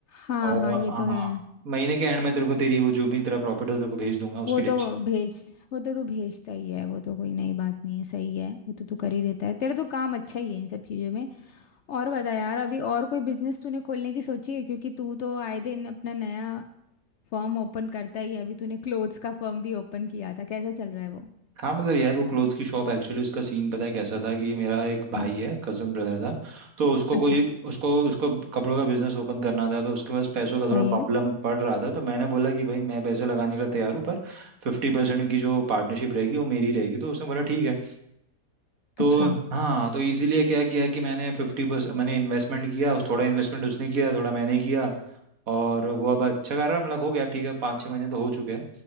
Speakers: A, on the left; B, on the right.
A: हाँ
B: और
A: हाँ ये तो
B: हाँ
A: है
B: महीने के एंड में तेरे को तेरी वो जो भी तेरा प्रॉफिट है वो तेरे को भेज दूंगा उसकी
A: वो
B: टेंशन
A: तो भेज वो तो तू भेजता ही है वो तो कोई नई बात नहीं है सही है वो तो तू कर ही देता है तेरा तो काम अच्छा ही है इन सब चीज़ों में और बता यार अभी और कोई बिजनेस तूने खोलने की सोची है क्योंकि तू तो आए दिन अपना नया फर्म ओपन करता ही है, अभी तूने क्लोथ्स का फर्म भी ओपन किया था कैसा चल रहा है वो
B: हाँ मतलब यार वो क्लोथ्स की शॉप एक्चुअली उसका सीन पता है कैसा था कि मेरा एक भाई
A: हम्म,
B: है कजन ब्रदर था तो उसको
A: अच्छा
B: कोई उसको उसको कपड़ों का बिजनेस ओपन करना था तो उसके पास पैसों का
A: सही
B: थोड़ा प्रॉब्लम
A: है
B: पड़ रहा था तो मैंने बोला कि भाई मैं पैसे लगाने के लिए तैयार हूँ पर फिफ्टी परसेंट की जो पार्टनरशिप रहेगी वो मेरी रहेगी तो उसने बोला ठीक है तो
A: अच्छा
B: हाँ तो इसीलिए क्या किया कि मैंने फिफ्टी परसेंट मैंने इन्वेस्टमेंट किया उस थोड़ा इन्वेस्टमेंट उसने किया थोड़ा मैंने किया और वो अब अच्छा कर रहा है मतलब हो गया ठीक है पाँच छः महीने तो हो चुके हैं